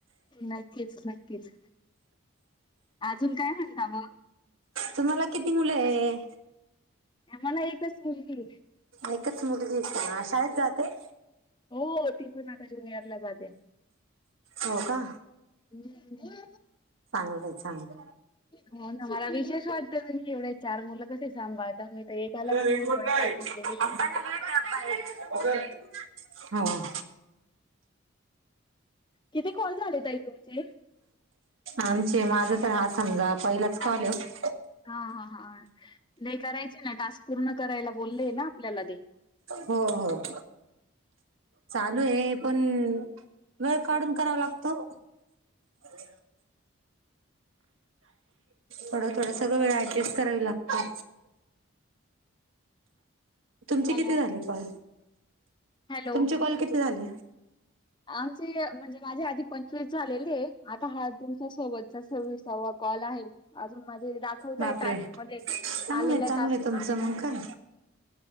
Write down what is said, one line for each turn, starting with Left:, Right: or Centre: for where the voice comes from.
Left: नक्कीच, नक्कीच. अजून काय म्हणता मग?
Right: तुम्हांला किती मुलं आहे?
Left: मला एकच मुलगी ये.
Right: एकच मुलगी, त शाळेत जाते?
Left: हो, ती पण आता ज्युनियर ला जाते.
Right: हो का
Left: हुं...
Right: चांगलंय चांगलं.
Left: हो ना मला विशेष वाटतं, तुम्हीं एवढे चार मुलं कसे सांभाळता? तर एकालाच
Right: मेरा रेनकोट
Left: एवढं वेळ
Right: कहा है
Left: टाकून गेलेली
Right: <unintelligible> हो.
Left: किती कॉल झाले ताई तुमचे?
Right: आमचे माझं तर हा समजा पहिलाच कॉल हे वो.
Left: हा, हा, हा. नाही करायचे ना टास्क पूर्ण करायला बोलले ना आपल्याला ते.
Right: हो, हो. चालू हे, पण वेळ काढून करावा लागतो वो. <unintelligible> थोडं -थोडं सगळं वेळ ऍडजस्ट करावी लागते. तुमचे
Left: हॅलो
Right: किती झाले कॉल?
Left: हॅलो
Right: तुमचे कॉल किती झाले?
Left: आमचे म्हणजे माझे आधी पंचवीस झालेले, आता हा तुमच्या सोबत चा सव्वीसावा कॉल आहे, अजून माझे दाखवता
Right: बापरे
Left: आहे टास्क मध्ये.
Right: चांगलंय
Left: आलेल्या
Right: चांगलंय
Left: टास्कमध्ये
Right: तुमचं मग
Left: <unintelligible>
Right: काय.